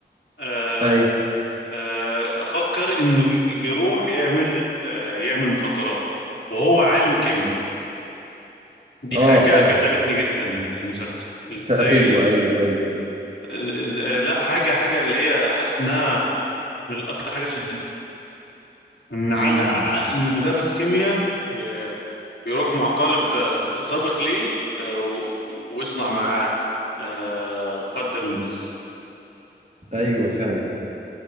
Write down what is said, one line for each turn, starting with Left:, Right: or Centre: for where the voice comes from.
Left: آه،
Right: ايوه
Left: آه، افكر انه يروح يعمل آه، يعمل مخدرات وهو عالم كيمياء دي
Right: اه
Left: حاجة
Right: فاهم
Left: جذبتني جدا للمسلسل ازاي
Right: <laughs> ايوه
Left: ال...
Right: ايوه ايوه
Left: إز... آه، لا حاجة حاجة اللي هي حاسس انها الاكتر حاجة شدتني ان على
Right: امم
Left: ع- ان مدرس كيمياء ي- يروح مع طالب آه، سابق ليه آه، و- ويصنع معاه آه، مخدر المس
Right: ايوه فعلا